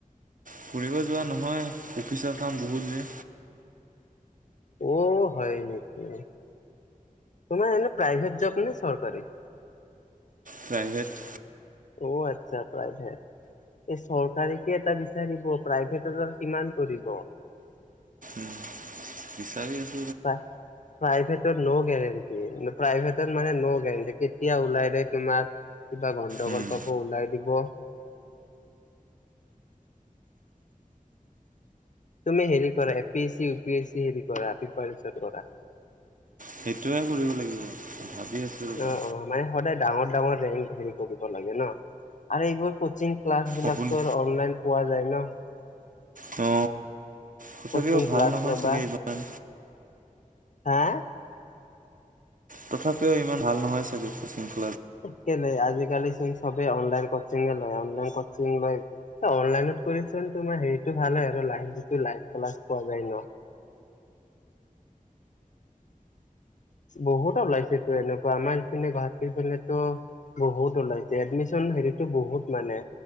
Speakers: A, on the right; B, on the left.
A: ফুৰিব যোৱা নহয় অফিচৰ কাম বহুত যে।
B: অ' হয় নেকি তোমাৰ এনে প্ৰাইভেট জব নে চৰকাৰী।
A: প্ৰাইভেট।
B: অ ' আচ্ছা প্ৰাইভেট এই চৰকাৰীকে এটা বিচাৰিব প্ৰভট কিমান কৰিব
A: উম বিচাৰি আছো।
B: প্প্ৰাইভেটৰ ন' গোৰেণ্টি প্ৰাইভেট। মানে ন ' গেৰাণ্টি কেতিয়া ওলাই দিয়ে তোমাক। কিবা গণ্ডগোল
A: উম,
B: পাব ওলাই দিব। তুমি হেৰি কৰা A P S C U P S C হেৰি কৰা পিপৰেচন কৰা।
A: সেইটোোৱে কৰিব লাগিব। ভাবি আছোঁ ৰ'বা
B: অ' অ' মানে সদায় ডাঙৰ ডাঙৰ। হেৰি কৰিব লাগে ন। আৰু এইবোৰ কচিং ক্লাছ বিলাকতো
A: আপুনি
B: অনলাইন পোৱা যায় ন।
A: তো। কথাপিও
B: কচিং ক্লাছ
A: ভাল নহয়
B: ল'বা
A: চাগে ইমান।
B: হা।
A: তথাপিও ইমান ভাল নহয় চাগে ক চিন্তা।
B: কেলে আজিকালি। চবে অনলাইন কোচিং লয়। অনলাইন কোচিং ত কৈ তোমাৰ লাইভ ক্লাছ ভাল হয়। বহুত ওলাইছে তো এনেকুৱা আমাৰ ইপিনে গুৱাহাটীৰিনেতো বহুত ওলাইছে এডমিচন হেৰিতটো বহুত মানে